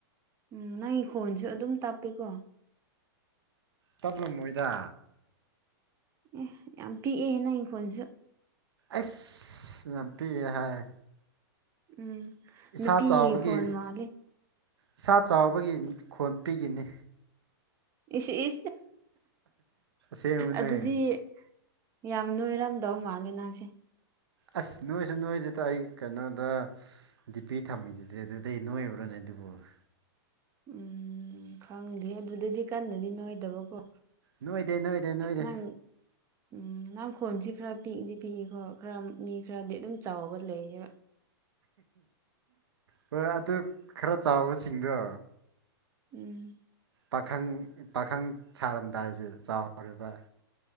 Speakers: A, on the right; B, on the right.
A: ꯎꯝ ꯅꯪꯒꯤ ꯈꯣꯟꯁꯨ ꯑꯗꯨꯝ ꯇꯞꯄꯤꯦꯀꯣ
B: ꯇꯞꯂ ꯃꯣꯏꯗ
A: ꯑꯦ ꯌꯥꯝ ꯄꯤꯛꯑꯦꯅ ꯏꯪꯈꯣꯟꯜꯁꯨ
B: ꯑꯁ ꯌꯥꯝꯄꯤ ꯍꯥꯏ
A: ꯎꯝ
B: ꯏꯁꯥ
A: ꯅꯨꯄꯤ
B: ꯆꯥꯎꯕꯒꯤ
A: ꯈꯣꯣꯟ ꯃꯥꯂꯦ
B: ꯏꯁꯥ ꯆꯥꯎꯕꯒꯤ ꯈꯣꯟ ꯄꯤꯈꯤꯅꯤ
A: ꯏꯁꯤ ꯏ
B: ꯁꯃ
A: ꯑꯗꯨꯗꯤ
B: ꯅ
A: <unintelligible>
B: ꯑꯁ ꯅꯣꯏꯁꯨ ꯅꯣꯏꯗꯨꯗ ꯑꯩ ꯀꯩꯅꯣꯗ ꯗꯤ ꯄꯤ ꯊꯝꯃꯤꯗꯨꯗꯤ ꯑꯗꯨꯗꯤ ꯅꯣꯏꯕ꯭ꯔꯣꯅꯦ ꯗꯗꯤꯕ <inaudible>
A: ꯎꯝ ꯈꯪꯗꯦ ꯑꯗꯨꯗꯗꯤ ꯀꯟꯅꯗꯤ ꯅꯣꯏꯗꯕꯀꯣ
B: ꯅꯣꯏꯗꯦ ꯅꯣꯏꯗꯦ ꯅꯣꯏꯗꯦ
A: ꯅꯪ ꯎꯝ ꯈꯣꯟꯁꯤ ꯈꯔ ꯄꯤꯛꯏꯗꯤ ꯄꯤꯛꯏꯀꯣ ꯈꯔ ꯃꯤ ꯈꯔꯗꯤ ꯑꯗꯨꯝ ꯆꯥꯎꯕ ꯂꯩꯌꯦꯕ
B: ꯍꯣꯏ ꯑꯗꯨ ꯈꯔ ꯆꯥꯎꯕꯁꯤꯡꯗꯣ
A: ꯎꯝ
B: ꯄꯥꯈꯪ ꯄꯥꯈꯪ ꯁꯥꯔꯝꯗꯥꯏꯒꯤ ꯆꯥꯎꯔꯤꯕ